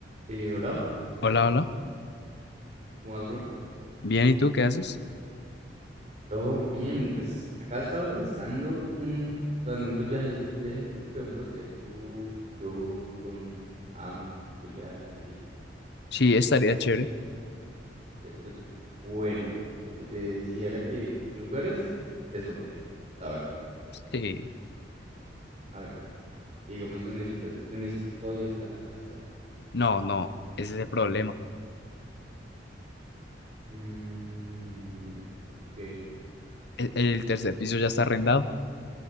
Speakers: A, on the right; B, on the left.
A: Eh, hola,
B: Hola, hola.
A: ¿cómo vas, bro?
B: Bien, ¿y tú qué haces?
A: Bro, bien, pues acá estaba pensando un, planeando el viajecito, un viajecito que podemos hacer tú, yo, con Ames, Julián y así.
B: Sí, estaría chévere.
A: Pero pues bueno, lo que te decía era que lugares es lo que hay, la verdad.
B: Sí.
A: A ver, digamos en Mesitas, en Mesitas todavía está la casa.
B: No, no, ese es el problema.
A: Mm, ¿por qué?
B: ¿El, el tercer piso ya está arrendado?